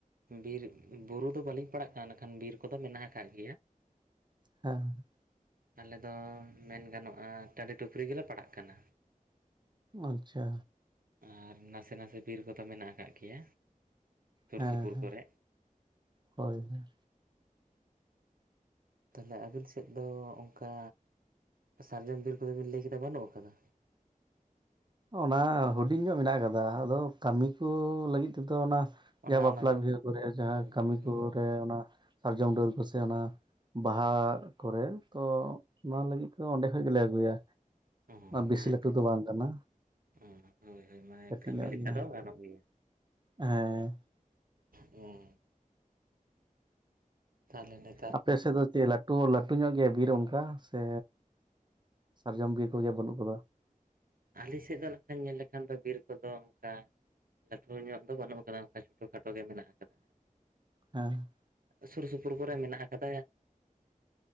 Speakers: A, on the right; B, on the right.
A: ᱵᱤᱨ ᱵᱩᱨᱩ ᱫᱚ ᱵᱟᱹᱞᱤᱧ ᱯᱟᱲᱟᱜ ᱠᱟᱱᱟ ᱢᱮᱱᱠᱷᱟᱱ ᱵᱤᱨ ᱠᱚᱫᱚ ᱢᱮᱱᱟᱜ ᱟᱠᱟᱫ ᱜᱮᱭᱟ
B: ᱦᱮᱸ
A: ᱟᱞᱮ ᱫᱚ ᱢᱮᱱ ᱜᱟᱱᱚᱜᱼᱟ ᱴᱟᱺᱰᱤ ᱰᱩᱝᱨᱤ ᱜᱮᱞᱮ ᱯᱟᱲᱟᱜ ᱠᱟᱱᱟ
B: ᱟᱪᱪᱷᱟ
A: ᱟᱨ ᱱᱟᱥᱮ ᱱᱟᱥᱮ ᱵᱤᱨ ᱠᱚᱫᱚ ᱢᱮᱱᱟᱜ ᱟᱠᱟᱫ ᱜᱮᱭᱟ ᱥᱩᱨ
B: ᱦᱮᱸ
A: ᱥᱩᱯᱩᱨ
B: ᱦᱮᱸ
A: ᱠᱚᱨᱮ
B: ᱦᱳᱭ ᱦᱳᱭ
A: ᱛᱟᱦᱚᱞᱮ ᱟᱵᱤᱱ ᱥᱮᱫ ᱫᱚ ᱚᱱᱠᱟ ᱥᱟᱨᱡᱚᱢ ᱵᱤᱨ ᱠᱚᱫᱚ ᱵᱤᱱ ᱞᱟᱹᱭ ᱠᱮᱫᱟ ᱵᱟᱹᱱᱩᱜ ᱟᱠᱟᱫᱟ
B: ᱚᱱᱟ ᱦᱩᱰᱤᱧ ᱧᱚᱜ ᱢᱮᱱᱟᱜ ᱟᱠᱟᱫᱟ ᱟᱫᱚ ᱠᱟᱹᱢᱤ ᱠᱚ ᱞᱟᱹᱜᱤᱫ ᱛᱮᱫᱚ ᱚᱱᱟ
A: ᱚᱱᱟ
B: ᱡᱟᱦᱟᱸ ᱵᱟᱯᱞᱟ
A: ᱚᱱᱟ ᱫᱚ
B: ᱵᱤᱦᱟᱹ ᱠᱚᱨᱮ ᱡᱟᱦᱟᱸ
A: ᱦᱳᱭ
B: ᱠᱟᱹᱢᱤ
A: ᱦᱳᱭ
B: ᱠᱚᱨᱮ ᱚᱱᱟ ᱥᱟᱨᱡᱚᱢ ᱰᱟᱹᱨ ᱠᱚᱥᱮ ᱚᱱᱟ ᱵᱟᱦᱟ ᱠᱚᱨᱮ ᱛᱚ ᱚᱱᱟ ᱞᱟᱹᱜᱤᱫ ᱫᱚ ᱚᱸᱰᱮ ᱠᱷᱚᱱ ᱜᱮᱞᱮ ᱟᱹᱜᱩᱭᱟ᱾
A: ᱚᱸᱻ
B: ᱵᱮᱥᱤ
A: ᱟᱪᱪᱷᱟ
B: ᱞᱟᱹᱴᱩ ᱫᱚ
A: ᱟᱪᱪᱷᱟ
B: ᱵᱟᱝ ᱠᱟᱱᱟ
A: ᱚᱸ ᱦᱳᱭ ᱦᱳᱭ ᱢᱟᱱᱮ
B: ᱠᱟᱹᱴᱤᱡ
A: ᱠᱟᱹᱢᱤ
B: ᱧᱚᱜ
A: ᱞᱮᱠᱟ
B: ᱜᱮᱭᱟ
A: ᱫᱚ ᱜᱟᱱᱚᱜ ᱜᱮᱣᱟ
B: ᱦᱮᱸ
A: ᱦᱩᱸ ᱛᱷᱟᱞᱮ ᱞᱮ
B: ᱟᱯᱮ ᱥᱮᱫ ᱫᱚ ᱪᱮᱫ ᱞᱟᱹᱴᱩᱼᱞᱟᱹᱴᱩ ᱧᱚᱜ ᱜᱮᱣᱟ ᱵᱤᱨ ᱚᱱᱠᱟ ᱥᱮ ᱥᱟᱨᱡᱚᱢ ᱵᱤᱨ ᱠᱚᱜᱮ ᱵᱟᱹᱱᱩᱜ ᱜᱚᱫᱟ᱾
A: ᱟᱞᱮ ᱥᱮᱫ ᱫᱚ ᱱᱟᱠᱷᱟᱱ ᱧᱮᱞ ᱞᱮᱠᱷᱟᱱ ᱫᱚ ᱵᱤᱨ ᱠᱚᱫᱚ ᱚᱱᱠᱟ᱾ ᱞᱟᱹᱴᱩ ᱧᱚᱜ ᱫᱚ ᱵᱟᱹᱱᱩᱜ ᱟᱠᱟᱫᱟ ᱚᱱᱠᱟ ᱪᱷᱳᱴᱳᱼᱠᱷᱟᱴᱳ ᱜᱮ ᱢᱮᱱᱟᱜ ᱟᱠᱟᱫᱟ᱾
B: ᱦᱮᱸ
A: ᱥᱩᱨᱼᱥᱩᱯᱩᱨ ᱠᱚᱨᱮ ᱢᱮᱱᱟᱜ ᱟᱠᱟᱫᱟ ᱟᱫᱚ